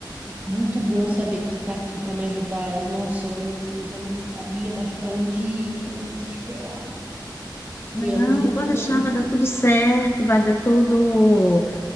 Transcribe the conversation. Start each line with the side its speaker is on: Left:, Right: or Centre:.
Right: Muito bom saber que tu tá aqui para me ajudar. Eh, Nossa, eu não- já não sabia mais para onde ir, eu tava desesperada. Foi
Left: Não,
Right: a luz do túnel.
Left: pode deixar, vai dar tudo certo, vai dar tudo.